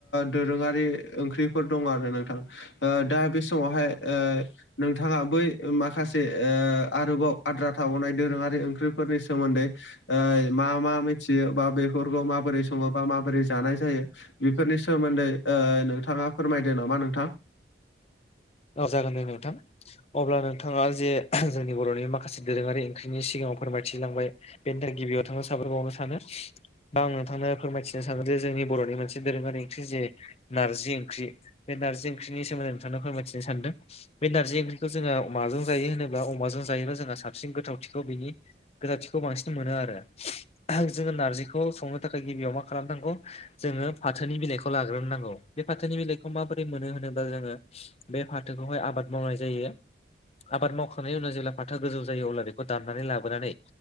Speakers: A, on the left; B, on the left.
A: दोरोङारि ओंख्रिफोर दं आरो नोंथां। ओ दा बे समावहाय नोंथाङा बै माखासे ओ आरोबाव‌। आद्रा थाबावनाय दोरोङारि ओंख्रिफोरनि सोमोनदै ओ मा मा मिथियो बा बेफोरखौ माबोरै सङो बा माबोरै जानाय जायो। बेफोरनि सोमोनदै नोंथाङा फोरमायदो नामा नोंथां।
B: औ जागोन दे नोंथां। अब्ला नोंथाङा जे जोंनि बर'नि माखासे दोरोङारि ओंख्रिनि सिगाङाव फोरमायथिलांबाय बेनि थाखाय गिबियाव नोंथांनो साबायखर बावनो सानो। दा आं नोंथांनो फोरमायथिनो सानोन जे जोंनि बर'नि मोनसे दोरोङारि ओंख्रि जे नारजि ओंख्रि बे नारजि ओंख्रिनि सोमोनदै नोंथांनो फोरमायथिनो सानदों बे नारजि ओंख्रि थ' जोङो माजों जायो होनोब्ला अमाजों जायोब्ला जोंहा साबसिन गोथावथिखौ बिनि गोथावथिखौ बांसिन मोनो आरो जोङो नारजिखौ संनो थाखाय गिबियाव मा खालामनांगौ जोङो फाथोनि बिलाइखौ लाग्रोनोनांगौ बे फाथोनि बिलाइखौ माबोरै मोनो होनोबा जोङो बे फाथोखौहाय आबाद मावनाय जायो आबाद मावखांनायनि उनाव जेला फाथो फाथोया गोजौ जायो अब्ला बेखौ दाननानै लाबोनानै